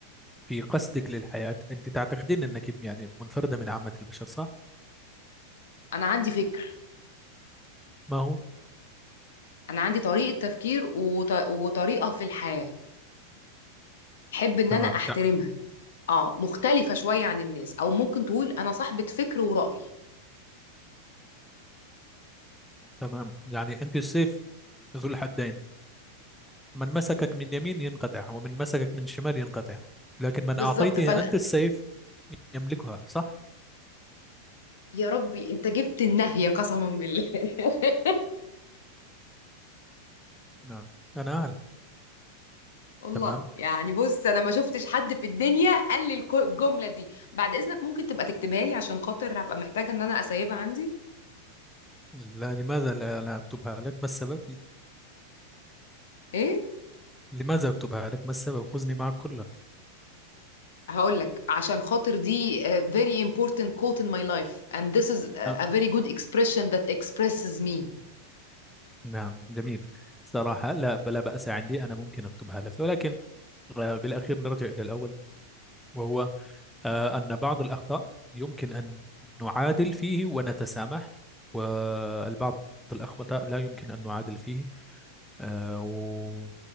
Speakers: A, in the centre; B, on the left (about 60°).
A: في قصدك للحياة أنت تعتقدين أنك يعني منفردة من عامة البشر صح؟
B: انا عندي فكر
A: ما هو؟
B: انا عندي طريقه تفكير وط... وطريقه في الحياه احب ان
A: تمام
B: انا احترمها
A: تع-
B: اه مختلفة شوية عن الناس او ممكن تقول انا صاحبة فكر ورأي
A: تمام يعني أنت السيف ذو الحدين من مسكك من يمين ينقطع ومن مسكك من شمال ينقطع لكن من
B: بالظبط
A: أعطيته
B: فلا
A: أنت
B: <laughs>
A: السيف يملكها صح؟
B: يا ربي انت جبت النهية قسما بالله <laughs>
A: نعم أنا أعلم
B: والله
A: تمام
B: يعني بص انا ما شفتش حد في الدنيا قال لي الكو- الجملة دي بعد اذنك ممكن تبقى تكتبها لي عشان خاطر هبقى محتاجة ان انا اسيبها عندي
A: لا لماذا لا لا أكتبها لك ما السبب؟
B: ايه
A: لماذا أكتبها لك ما السبب؟ خذني معك كلها
B: هقول لك عشان خاطر دي uh, very important quote in my life and this is a
A: أ-
B: a very good expression that expresses me
A: نعم جميل صراحة لا لا بأس عندي أنا ممكن أكتبها لك ولكن آه، بالأخير نرجع إلى الأول وهو آه، أن بعض الأخطاء يمكن أن نعادل فيه ونتسامح والبعض الأخطاء لا يمكن أن نعادل فيه آه، و